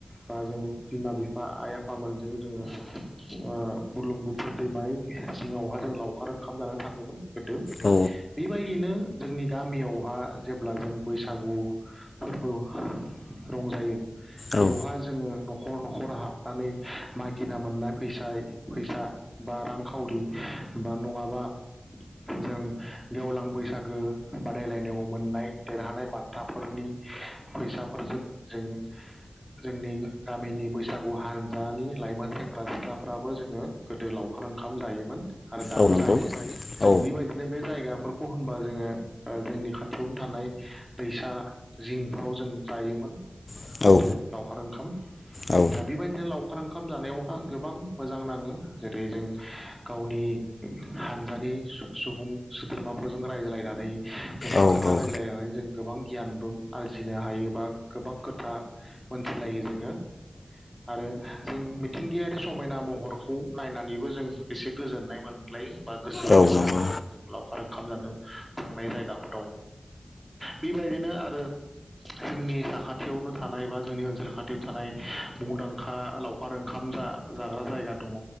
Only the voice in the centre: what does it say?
बा जों बिमा बिफा आइ आफामोनजों जोङो ओ बुरलुं बुथोर दैमानि सिङावहा जों लावखार ओंखाम जानो थाङोमोन। गोदो
बेबायदिनो जोंनि गामियावहा जेब्ला जों बैसागु फोरबो रंजायो
बेवहा जोङो नख'- नख'र नख'र हाबनानै मागिना मोनना फैसाय फैसा बा रांखावरि बा नङाबा जों गेवलां बैसागो बादायलायनायाव मोननाय देरहानाय बान्थाफोरनि फैसाफोरजों जों जोंनि गामिनि बैसागु हान। जानि लाइमोन सेंग्रा सि फिसाफ्राबो जोङो गोदो लावखार ओंखाम जायोमोन। आरो दाबो
जायो जों
बेबायदिनो बे जायगाफोरखौ अ' होनबा जोङो ओ जोंनि खाथियावनो थानाय दैसा जिंफोराव जों जायोमोन।
गोदो लावखार ओंखाम
दा बेबायदिनो लावखार ओंखाम जानायावहा गो गोबां मोजां नाङो जेरै जों गावनि हान्जानि सुबुं सोद्रोमाफोरजों रायज्लायनानै गोबां
खोथा
रायज्लायनानै जों गोबां गियानबो आरजिनो हायो। बा गोबां खोथा मोनथिलायो जोङो आरो जों मिथिंगाया समायना महरख खौ नायनानैबो जों एसे गोजोननाय मोनलायो बा गोसोफ्रा
मोजां
मोनो जों लाव लावखार ओंखाम जानो थांनाय जायगाफोराव बेबायदिनो आरो जोंनि साखाथियावनो थानाय बा जोंनि ओनसोल खाथियाव थानाय मुंदांखा लावखार ओंखाम जा जाग्रा जायगा दङ